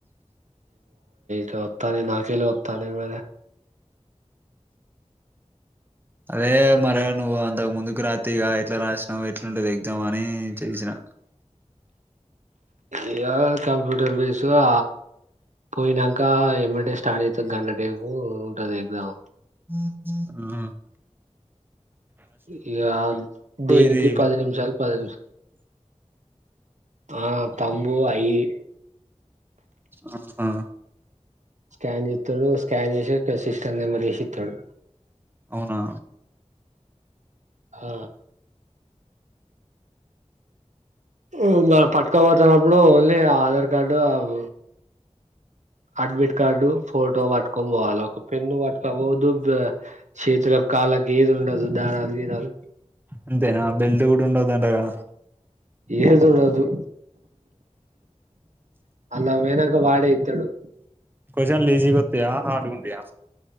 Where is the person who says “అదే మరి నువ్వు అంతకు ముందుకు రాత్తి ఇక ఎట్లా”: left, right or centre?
Right